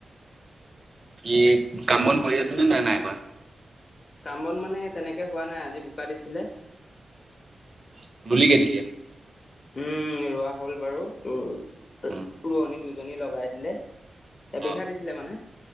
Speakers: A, on the right; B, on the left.
A: ই কাম বন কৰি আছো নে নাই নাই এবাৰ।
B: কাম বন মানে তেনেকে হোৱা নাই আজি বোকা দিছে যে।
A: <unintelligible>
B: উম ৰোৱা হ'ল বাৰু তোৰ
A: অ',
B: ৰোৱনী দুজনী লগাই দিলে। এ বিঘা
A: অ',
B: দিছিলে মানে